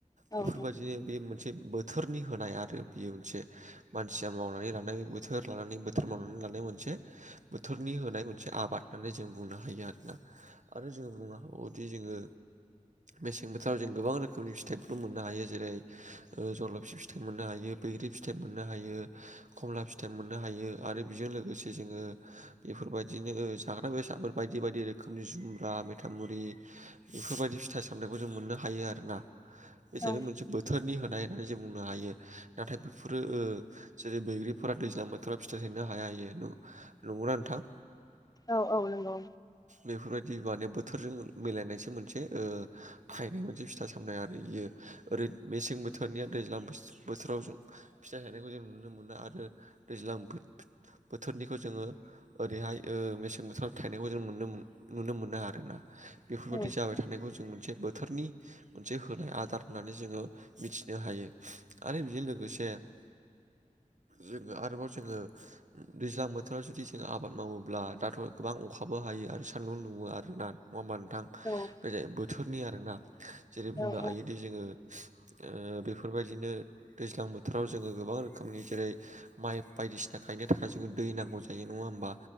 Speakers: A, on the right (about 60°); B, on the left (about 25°).
A: बेफोरबायदिनो
B: औ
A: बे मोनसे बोथोरनि होनाय आरो बेयो मोनसे मानसिया मावनानै लानाय बोथोर लानानै बोथोर मावनानै लानाय मोनसे बोथोरनि होनाय मोनसे आबाद होननानै जों बुंनो हायो आरोना। आरो जों बुंनो हाबा वोदि जोङो मेसें बोथोराव जों गोबां रोखोमनि फिथाइफोर मोननो हायो। जेरै जलफि फिथाइ मोननो हायो, बैग्रि फिथाइ मोननो हायो, खमला फिथ थाइ मोननो हायो आरो बेजों लोगोसे जोङो बेफोरबायदिनो ओ जाग्रा बेसादफोर बायदि बायदि रोखोमनि जुमब्रा, मेथामुरि बेफोरबायदि फिथाइ सामथाइखौ जों मोननो हायो आरोना। बे जाहैबाय
B: औ
A: मोनसे बोथोरनि होनाय होननानै जों बुंनो हायो। नाथाय बेफोरो ओ जेरै बैग्रि फोरा दैज्लां बोथोराव फिथाइ थायनो हाया इयो न-नंगौना नोंथां?
B: औ औ नंगौ।
A: बेफोरबायदि माने बोथोरजों मिलायनायसो मोनसे ओ थायनाय मोनसे फिथा सामथाइ आरो इयो। ओरै मेसें बोथोरनिया दैज्लां बो-बोथोराव जों फिथाइ थायनायखौ जों नुनो मोना आरो दैज्लां बोथ बोथोरनिखौ जोङो ओरैहाय ओ मेसें बोथोराव थायनायखौ जों मोननो नुनो मोनो आरोना बेफोरबायदि
B: औ
A: जाबाय थानायखौ जों मोनसे बोथोरनि मोनसे होनाय आदार होननानै जोङो मिथिनो हायो आरो बेजों लोगोसे जोङो आरोबाव जोङो दैज्लां बोथोराव जुदि जों आबाद मावोब्ला दाथ' गोबां अखाबो हायो आरो सान्दुं दुङो आरोना नङा होमबा नोंथां
B: औ
A: बेजाय बोथोरनि आरोना जेरै बुंनो
B: औ औ
A: हायोदि जोङो ओ बेफोरबायदिनो दैज्लां बोथोराव जोङो गोबां रोखोमनि जेरै माइ बायदिसिना गायनो थाखाय जोंङो दै नांगौ जायो नङा होमबा